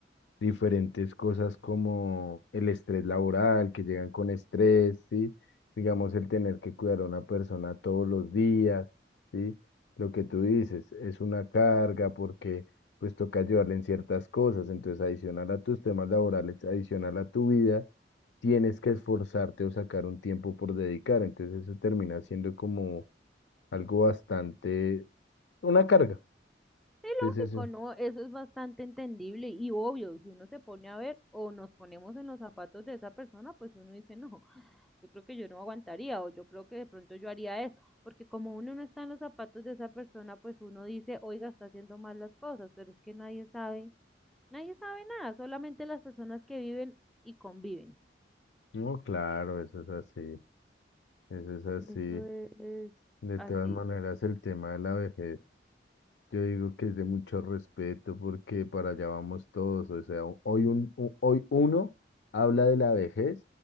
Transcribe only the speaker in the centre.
Sí,
lógico,
¿no? Eso es bastante entendible y obvio, si uno se pone a ver o nos ponemos en los zapatos de esa persona, pues uno dice, no, <laughs> yo creo que yo no aguantaría o yo creo que de pronto yo haría esto, porque como uno no está en los zapatos de esa persona, pues uno dice, oiga, está haciendo mal las cosas, pero es que nadie sabe, nadie sabe nada, solamente las personas que viven y conviven.
Eso es
así,